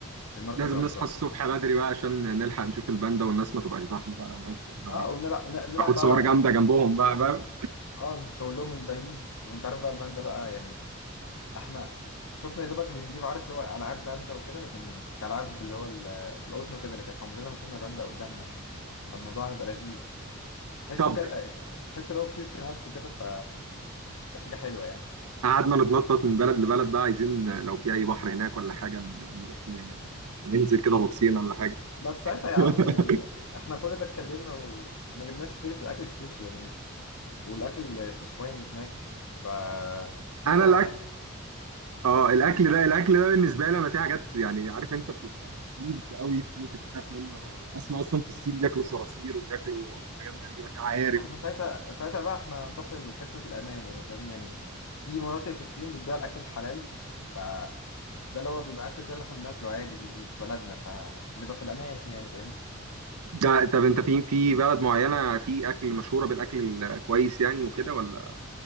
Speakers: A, on the left; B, on the right.
A: المركز
B: لازم
A: العملاق
B: نصحى الصبح
A: ده
B: بدري بقى عشان نلحق نشوف الباندا والناس ما تبقاش زحمة بقى هناك ونعرف
A: اه ونلعب ن- نلعب
B: ناخد
A: بقى
B: صور جامدة جنبهم بقى فاهم
A: اه نشاور لهم من بعيد وانت عارف بقى الباندا بقى يعني احنا شفنا يا دوبك بنجيب عارف اللي هو العاب باندا وكده لكن كالعاب اللي هو ال- القطن وكده لكن احنا عمرنا ما شفنا باندا قدامنا فالموضوع هيبقى لذيذ تحسه
B: طب
A: كده تحسه لو كيوت في نفسه كده ف حاجة حلوة يعني
B: قعدنا نتنطط من بلد لبلد بقى عايزين لو في أي بحر هناك ولا حاجة ن- نروح ن- ننزل كده غطسين ولا حاجة
A: بس ساعتها يا
B: <laughs>
A: عم يعني احنا كل ده اتكلمنا وما جبناش سيرة الأكل السوشي يعني والأكل السشواني هناك ف في
B: انا
A: شارع هناك
B: اه الاكل
A: في شارع
B: ده الاكل ده بالنسبه لي انا في حاجات يعني عارف انت بتبقى ويرد قوي ممكن تخاف منه انا بسمع اصلا في الصين بياكلوا صراصير وبياكلوا حاجات غريبه كده عقارب
A: احنا ساعتها ساعتها بقى احنا نروح لحتة الأمان يعني فاهم يعني في مناطق في الصين بتبيع الأكل الحلال فده اللي هو بيبقى أكل زي اللي احنا بناكله عادي في بلدنا فنبقى في الأمان يعني فاهمني
B: ده طب انت في في بلد معينه في اكل مشهوره بالاكل الكويس يعني وكده ولا